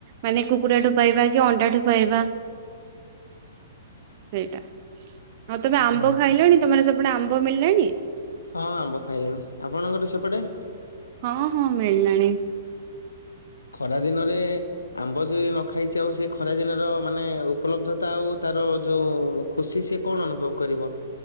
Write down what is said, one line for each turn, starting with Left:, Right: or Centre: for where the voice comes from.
Right: ମାନେ କୁକୁଡ଼ାଠୁ ପାଇବା କି ଅଣ୍ଡା ଠୁ ପାଇବା। <inaudible> ସେଇଟା ହଉ ତମେ
Left: ହଁ।
Right: ଆମ୍ବ ଖାଇଲଣି ତମେ ସେପୁଟେ ଆମ୍ବ ମିଳିଲାଣି?
Left: ହଁ ଆମ୍ବ ଖାଇଲେଣି ଆପଣଙ୍କର ସେପଟେ?
Right: ହଁ ହଁ ମିଳିଲାଣି।
Left: ଖରା ଦିନରେ ଆମ୍ବ ଯି ନ ଖାଇଛି ଆଉ ସେଇ ଖରା ଦିନ ର ମାନେ ଉପଲବ୍ଧତା ଆଉ ତାର ଯଉ ଖୁସି ସି କଣ ଅନୁଭବ କରିବ।